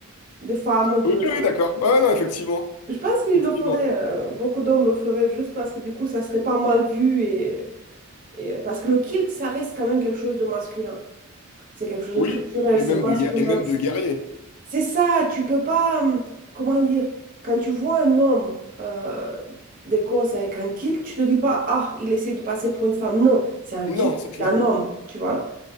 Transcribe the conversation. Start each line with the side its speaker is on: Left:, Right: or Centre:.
Right: de femmes,
Left: Oui,
Right: de...
Left: oui, d'accord. Ouais, ouais, non, effectivement.
Right: Je pense qu'ils
Left: Effectivement.
Right: le feraient, euh, beaucoup d'hommes le feraient juste parce que du coup, ça serait pas mal vu et, et- euh, parce que le kilt, ça reste quand même quelque chose de masculin. C'est quelque chose
Left: Oui.
Right: de culturel,
Left: Et
Right: c'est
Left: même
Right: masculin.
Left: de, guer- et même de guerrier.
Right: C'est ça, tu peux pas, hum, comment dire, quand tu vois un homme euh, d'Écosse avec un kilt, tu te dis pas, ah, il essaie de passer pour une femme. Non, c'est un kilt,
Left: Non, c'est
Right: c'est
Left: clair.
Right: un homme, tu vois.